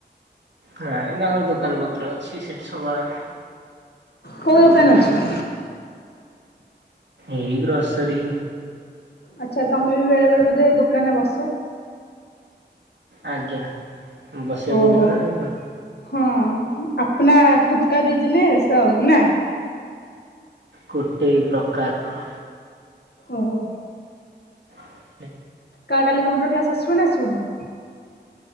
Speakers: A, on the right; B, on the left.
A: ନାଇଁ ତାଙ୍କର ଦୋକାନ ପତ୍ର ଅଛି ସେଠି ସବୁବେଳେ
B: କୋଉ ଦୋକାନ ଅଛି?
A: ଏଇ ଗ୍ରୋସରୀ।
B: ଆଛା ତମେ ବି ବେଳେବେଳେ ବୋଧେ ଦୋକାନରେ ବସ?
A: ଆଜ୍ଞା ବସିବାକୁ
B: ଓହୋ
A: ପଡ଼ିବ ନା ନାଇଁ ପୁଣି।
B: ହଁ ଆପନା ଖୁଦ୍ କା ବିଜନେସ୍ ଆଉ ନା?
A: ଗୋଟେ ପ୍ରକାରର।
B: ଓହୋ।
A: ହୁଁ।
B: କା କାଲି କମ୍ପୁଟର କ୍ଲାସ୍ ଆସିବ ନା ଆସିବନି।